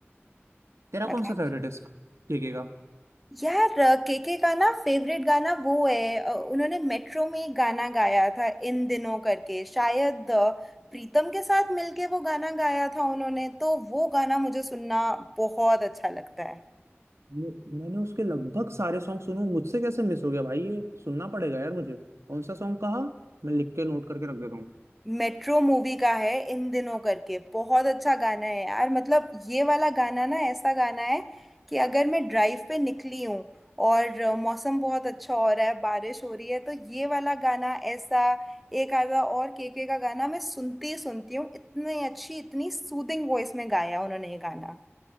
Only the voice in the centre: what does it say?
मतलब
यार केके का ना फेवरेट गाना वो है अ, उन्होंने मेट्रो में एक गाना गाया था इन दिनों करके शायद अ, प्रीतम के साथ मिलके वो गाना गाया था उन्होंने तो वो गाना मुझे सुनना बहुत अच्छा लगता है
मेट्रो मूवी का है इन दिनों करके बहुत अच्छा गाना है यार मतलब ये वाला गाना ना ऐसा गाना है कि अगर मैं ड्राइव पे निकली हूँ और अ, मौसम बहुत अच्छा हो रहा है बारिश हो रही है तो ये वाला गाना ऐसा एक आधा और केके का गाना मैं सुनती ही सुनती हूँ इतनी अच्छी इतनी सूदिंग वॉइस में गाया उन्होंने ये गाना